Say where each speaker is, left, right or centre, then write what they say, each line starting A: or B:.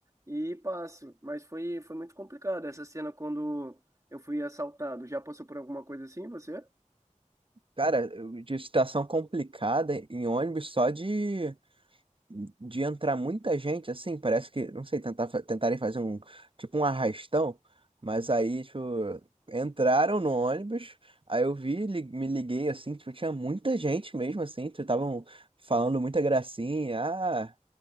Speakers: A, on the right; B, on the right.
A: e passo. Mas foi, foi muito complicado essa cena quando eu fui assaltado. Já passou por alguma coisa assim, você?
B: Cara, eu- de situação complicada em ônibus só de, de entrar muita gente, assim, parece que, não sei, tentar, fa- tentarem fazer um, tipo um arrastão, mas aí, tipo, entraram no ônibus, aí eu vi, li- me liguei, assim, tipo, tinha muita gente mesmo, assim, tipo, estavam falando muita gracinha, ah,